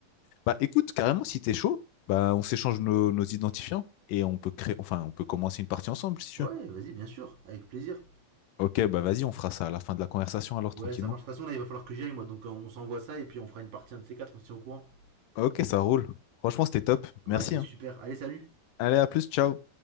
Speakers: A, on the left; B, on the right.
A: Bah écoute, carrément, si t'es chaud, bah on s'échange nos, nos identifiants et on peut créer, enfin on peut commencer une partie ensemble si tu
B: Ouais,
A: veux.
B: vas-y, bien sûr, avec plaisir.
A: Ok, bah vas-y, on fera ça à la fin de la conversation alors
B: Ouais,
A: tranquillement.
B: ça marche. De toute façon, là, il va falloir que j'y aille, moi, donc euh, on s'envoie ça et puis on fera une partie un de ces quatre, on se tient au courant.
A: Ok, ça roule. Franchement, c'était top.
B: Ouais,
A: Merci,
B: c'était
A: hein.
B: super. Allez, salut!
A: Allez, à plus, ciao.